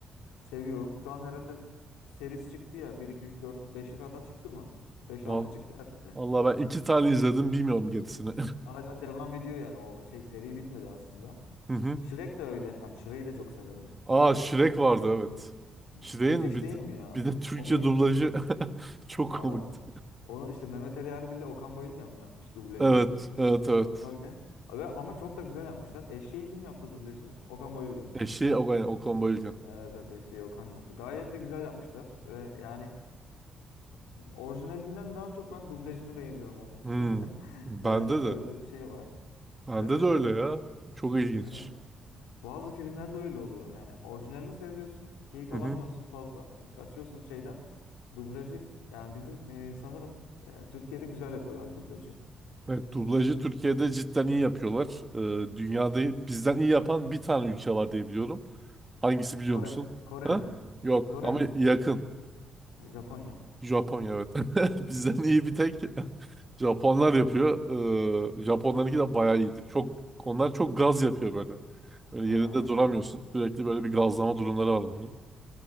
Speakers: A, on the left (about 90°); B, on the right (about 20°).
A: Seviyorum. Şu an herhalde serisi çıktı ya. bir 2 3 4 5'e kadar çıktı mı? 5
B: Val-
A: 6 çıktı herhalde.
B: Vallahi ben iki tane izledim bilmiyorum gerisini.
A: Hala devam ediyor yani o şey seri bitmedi aslında.
B: <laughs> Hı hı.
A: Shrek de öyle. Yani Shrek'i de çok severim.
B: Aa
A: İşte
B: Shrek vardı
A: bir iki
B: evet.
A: üç,
B: Shrek'in
A: Müthiş
B: bir,
A: değil mi ya?
B: bir de Türkçe
A: Onu,
B: dublajı <laughs> çok
A: Aa.
B: komikti.
A: Onu işte Mehmet Ali Erbil'le Okan Bayülgen mi yapmış dublajını?
B: Evet, evet, evet.
A: Sanırım öyle. Abi, ama çok da güzel yapmışlar. Eşeği kim yaptı dublajını? Okan Bayülgen.
B: Eşi o, yani, Okan Bayülgen.
A: Evet, evet eşeği Okan yaptı. Gayet de güzel yapmışlar. Ve yani orijinalinden daha çok ben dublajını beğeniyorum onun.
B: Hmm.
A: <laughs>
B: Bende
A: Yani
B: de.
A: öyle bir şey var.
B: Bende
A: Değil mi?
B: de öyle
A: Çok
B: ya. Çok ilginç.
A: evet. Bazı filmlerde öyle oluyor. Yani orijinalini seyrediyorsun, keyif
B: Hı
A: alamıyorsun
B: hı.
A: fazla. Aç- Açıyorsun şeyden. Dublajı yani bizim e, sanırım e, Türkiye'de güzel yapıyorlar dublajı.
B: Evet, dublajı Türkiye'de cidden iyi yapıyorlar. Ee, dünyada bizden iyi yapan bir tane ülke var diye biliyorum. Hangisi biliyor
A: Kore.
B: musun?
A: Kore
B: Ha?
A: mi?
B: Yok
A: Kore
B: ama
A: mi?
B: yakın.
A: E, Japonya.
B: Japonya evet.
A: Hmm.
B: <laughs> Bizden iyi bir tek <laughs> Japonlar yapıyor. Ee, Japonlarınki de bayağı iyidir. Çok onlar çok gaz yapıyor böyle. Böyle
A: Ha.
B: yerinde duramıyorsun. Sürekli böyle bir gazlama durumları var. onların.